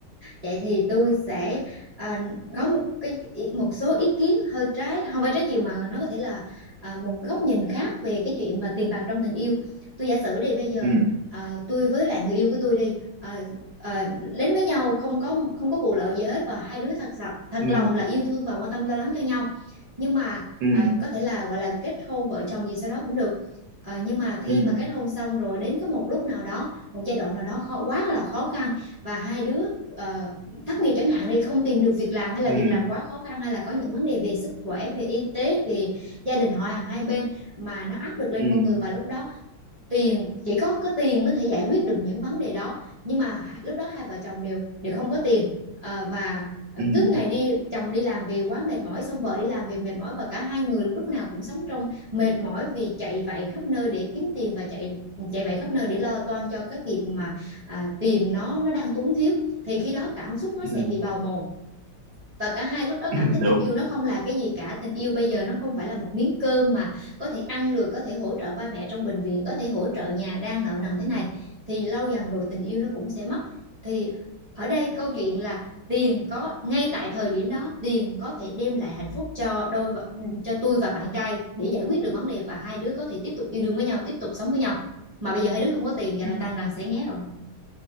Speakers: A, on the right (about 30°); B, on the right (about 70°).
A: vậy thì tôi sẽ à, có một cái ý- một số ý kiến hơi trái, không phải trái chiều mà nó có thể là à, một góc nhìn khác về cái chuyện mà tiền bạc trong tình yêu. Tôi giả sử đi bây giờ
B: ừ
A: à, tôi với lại người yêu của tôi đi à, à, đến với nhau không có không có vụ lợi gì hết và hai đứa thật sự thật
B: ừ
A: lòng là yêu thương và quan tâm lo lắng cho nhau. Nhưng mà
B: ừ
A: à, có thể là gọi là kết hôn vợ chồng gì sau đó cũng được. À, nhưng mà khi
B: ừ
A: mà kết hôn xong rồi đến có một lúc nào đó một giai đoạn nào đó khó quá là khó khăn và hai đứa ờ, thất nghiệp chẳng hạn đi không tìm được việc làm hay là
B: ừ
A: việc làm quá khó khăn hay là có những vấn đề về sức khỏe về y tế về gia đình họ hàng hai bên mà nó áp lực lên
B: ừ ừ
A: con người và lúc đó tiền chỉ có có tiền mới thể giải quyết được những vấn đề đó nhưng mà lúc đó hai vợ chồng đều đều không có tiền Ờ, và ờ,
B: ừ
A: cứ ngày đi chồng đi làm về quá mệt mỏi xong vợ đi làm về mệt mỏi và cả hai người lúc nào cũng sống trong mệt mỏi vì chạy vạy khắp nơi để kiếm tiền và chạy chạy vạy khắp nơi để lo toan cho cái việc mà à, tiền nó nó đang túng thiếu thì khi đó cảm xúc nó
B: Ừ,
A: sẽ bị bào mòn và cả hai lúc đó
B: <clears throat>
A: cảm thấy
B: đúng
A: tình yêu nó không là cái gì cả tình yêu bây giờ nó không phải là một miếng cơm mà có thể ăn được có thể hỗ trợ ba mẹ trong bệnh viện có thể hỗ trợ nhà đang nợ nần thế này thì lâu dần rồi tình yêu nó cũng sẽ mất thì ở đây câu chuyện là tiền có ngay tại thời điểm đó tiền có thể đem lại hạnh phúc cho đôi vợ- cho tôi và bạn trai để giải quyết được vấn đề và hai đứa có thể tiếp tục yêu đương với nhau tiếp tục sống với nhau mà bây giờ hai đứa không có tiền vậy
B: Ừ.
A: là tan đàn sẽ nghé rồi